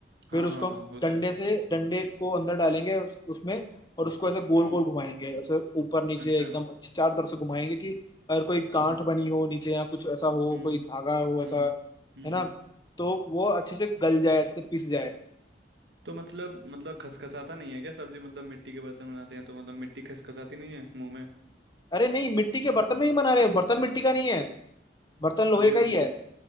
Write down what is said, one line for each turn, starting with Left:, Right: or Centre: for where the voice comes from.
Right: हाँ
Left: फिर उसको
Right: हाँ हाँ
Left: हम
Right: होता
Left: डंडे
Right: है
Left: से डंडे को अंदर डालेंगे उस, उसमें और उसको ऐसे गोल
Right: हम्म
Left: गोल घुमाएंगे ऐसे ऊपर नीचे
Right: अच्छा
Left: एकदम चारों तरफ से घुमाएंगे कि अगर कोई गांठ
Right: हम्म
Left: बनी हो नीचे या कुछ ऐसा हो
Right: हम्म
Left: कोई धागा हो
Right: हम्म
Left: ऐसा
Right: हम्म
Left: है ना तो वो अच्छे से गल जाए अच्छे से पिस जाए
Right: तो मतलब मतलब खसखसाता नहीं है क्या सब्जी मतलब मिट्टी के बर्तन बनाते हैं तो मतलब मिट्टी खसखसाती नहीं है मुंह में
Left: अरे नहीं मिट्टी के बर्तन में ही बना रहे हैं बर्तन मिट्टी का नहीं है बर्तन लोहे
Right: जिम
Left: का ही है